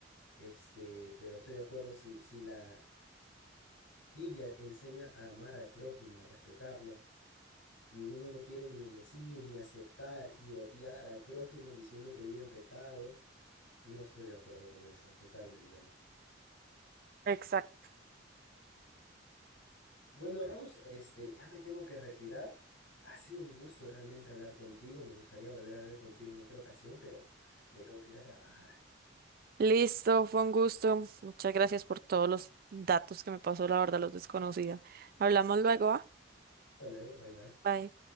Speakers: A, on the left (about 75°); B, on the right (about 50°).
A: Este, pero estoy de acuerdo si, si la, Biblia enseña a amar al prójimo, a respetarlo, y uno no quiere ni bendecir, ni aceptar y odiar al prójimo diciendo que vive en pecado. No estoy de acuerdo con eso, totalmente.
B: Exacto.
A: Bueno, Rose, este, ya me tengo que retirar. Ha sido un gusto realmente hablar contigo. Me gustaría volver a hablar contigo en otra ocasión, pero me tengo que ir a trabajar.
B: Listo, fue un gusto. Muchas gracias por todos los datos que me pasó, la verdad los desconocía. Hablamos luego, ¿va?
A: Hasta luego, bye bye.
B: Bye.